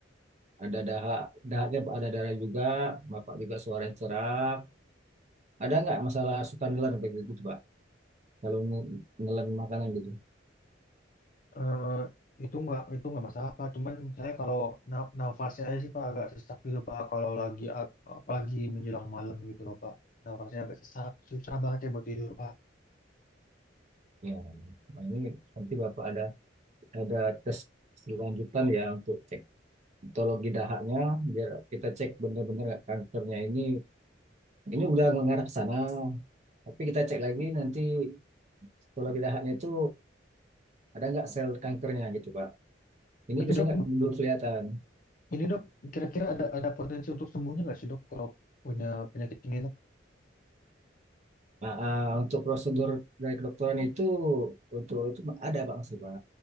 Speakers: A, on the right (about 40°); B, on the left (about 45°).
A: ada dahak, dahaknya ada darah juga, bapak juga suara serak. Ada nggak masalah suka nelan kayak gitu, tuh, Pak? Kalau nge- nelan makanan gitu.
B: eh itu nggak itu nggak masalah Pak. Cuman saya kalau na- nafasnya aja sih Pak agak sesak gitu Pak. Kalau lagi ap- apalagi menjelang malam gitu loh Pak. Nafasnya agak sesak, susah banget ya buat tidur Pak.
A: Ya, nah ini nanti bapak ada ada tes selanjutan ya untuk cek histologi dahaknya biar kita cek benar-benar kankernya ini ini udah mengarah ke sana tapi kita cek lagi nanti histologi dahaknya itu ada nggak sel kankernya gitu Pak ini
B: Tapi
A: biasanya
B: dok,
A: nggak belum kelihatan
B: ini dok, kira-kira ada ada potensi untuk sembuhnya nggak sih dok kalau punya penyakit ini dok?
A: nah, ah, untuk prosedur dari kedokteran itu untuk itu ada Pak masih Pak